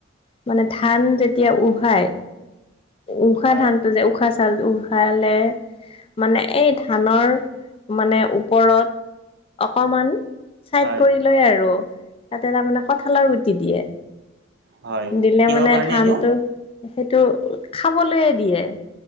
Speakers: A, on the left; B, on the right.
A: মানে ধান যেতিয়া উহাই উশাহ
B: হয়
A: ধানটো যে উশাহ চাউ লটো উহালে মানে এই ধানৰ মানে ওপৰত অকমান চাইড
B: হয়
A: কৰি লয় আৰু তাতে তাৰমানে কঠালৰ গুটি দিয়ে।
B: হয়
A: দিলে
B: কিহৰ
A: মানে
B: কাৰণে
A: ধানটো
B: এইটো
A: সেইটো খাবলৈয়ে দিয়ে।